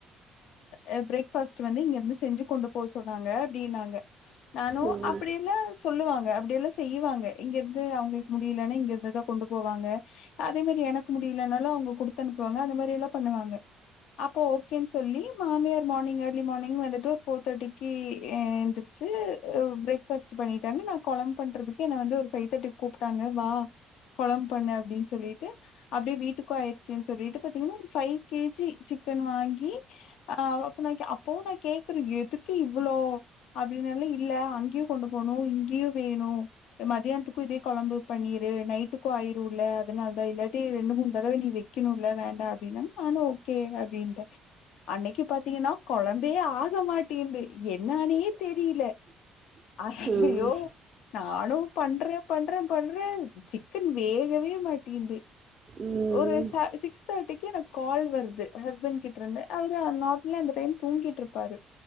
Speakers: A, on the left (about 80°); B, on the right (about 25°).
A: அ பிரேக் ஃபாஸ்ட் வந்து இங்கருந்து செஞ்சி கொண்டு போ சொன்னாங்க அப்டினாங்க நானு
B: ம்
A: அப் அப்படியெல்லா சொல்லுவாங்க அப்படியெல்லா செய்யுவாங்க இங்கேருந்து அவங்களுக்கு முடியலன்னா இங்கேருந்து தா கொண்டு போவாங்க அதே மாறி எனக்கு முடியலனாலு அவங்க குடுத்து அனுப்புவாங்க அந்த மாறி எல்லா பண்ணுவாங்க அப்போ ஓக்கேன்னு சொல்லி மாமியார் மார்னிங் ஏர்லி மார்னிங் வந்துட்டு ஒரு ஃபோர் தேர்ட்டிக்கு ஏன்திருச் சே பிரேக் ஃபாஸ்ட் பண்ணிட்டாங்க நா கொழம்பு பண்றதுக்கு என்னை வந்து ஒரு பைவ் தேர்ட்டி கூப்பிட்டாங்க வா கொழம்பு பண்ணு அப்டின்னு சொல்லிட்டு அப்டியே வீட்டுக்கு ஆயிருச்சுன்னு சொல்லிட்டு பாத்தீங்கன்னா ஃபைவ் கே ஜி சிக்கன் வாங்கி ஆ அவ அப்ப நா அப்பவு நா கேக்குறே எதுக்கு இவ்ளோ அப்டின்னுல்லா இல்ல அங்கயு கொண்டு போனு இங்கியு வேணு அ மதியானத்துக்கு இதே கொழம்பு பண்ணிரு நைட்டுக்கு ஆயிரு இல்ல அதனால தா இல்லாட்டி ரெண்டு மூணு தடவை நீ வெக்கணு இல்ல வேண்டா அப்டின்னாங்க நானும் ஓக்கே அப்டின்ட்ட அன்னைக்கு பாத்தீங்கனா கொழம்பே ஆக மாட்டேந்து என்னானே தெரியில ஹய்யோ
B: ம் ம்
A: நானு பண்ற பண்ற பண்றே சிக்கன் வேகவே மாட்டிங்து
B: ம்
A: ஒரு சா சிக்ஸ் தேர்ட்டிக்கு எனக்கு கால் வருது ஹஸ்பண்ட் கிட்ட இருந்து அவரு நா இல்ல இந்த டைம் தூங்கிட்டு இருப்பாரு